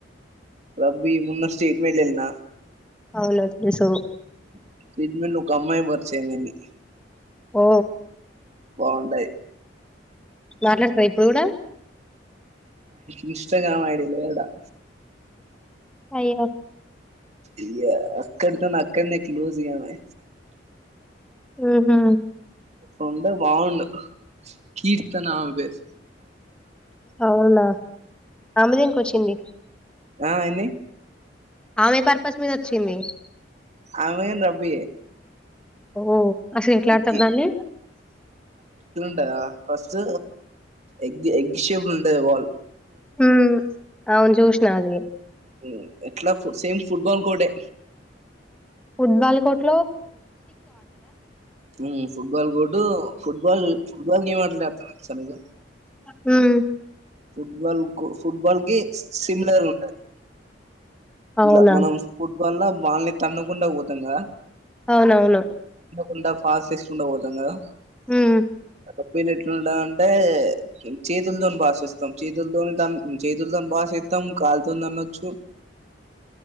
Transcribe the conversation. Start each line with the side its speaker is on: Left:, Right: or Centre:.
Right: రబి మోన్న స్టేట్మెంట్న్న విన్న
Centre: అవును తెలుసు
Right: <unintelligible> ఒక అమ్మాయి పరిచయం అయింది
Centre: ఓ
Right: బాగుంటయి
Centre: మాట్లాడతవా ఇప్పుడు కూడా
Right: ఇన్స్టాగ్రామ్ ఐడిలే లేదు ఇడ
Centre: అయ
Right: ఇ అక్కడతోనే అక్కడనే క్లోజ్గామే
Centre: మ్ హు
Right: సొండ బగున్నా కీర్తన ఆ పేరు
Centre: అవునా ఆమె దేనికి వచ్చింది
Right: ఆ ఎన్ని
Centre: ఆమె పర్పస్ మీద వచ్చింది
Right: ఆమె గాని రబ్బియే
Centre: ఓ అసలు ఎట్లా
Right: ఎగ్గి
Centre: ఆడతారు దాన్ని
Right: అంట ఫస్ట్ ఎగ్ ఎగ్ షెప్ టె వాళ్
Centre: హ అవును చూసిన అది
Right: ఉహ్ ఎట్లా సేమ్ ఫుట్బాల్ కోర్టే
Centre: ఫుట్బాల్ కోర్ట్లో
Right: ఉహ్ ఫుట్బాల్ కోటు ఫుట్బాల్ ఫుట్బాల్కి ఏం మాట్లాతారు సరిగా
Centre: హహ్
Right: ఫుట్బాల్ కు ఫుట్బాల్ కి సిమిలర్ ఉంటాది
Centre: అవునా
Right: ఇట్లా మనం ఫుట్బాల్ లో వాళ్ళని తన్నుకుండా తుంగ పోతం కదా
Centre: అవునవును
Right: ఉండా ఫాస్ తీసుకుండా పోతాం కదా
Centre: ఉహ్
Right: పప్పీలు ఎట్లుంటాయి అంటే చేతులతోని బాసిస్తాం చేతులతోని తన్ చేతులతో బాసేస్తాం కాళతోని తనొచ్చు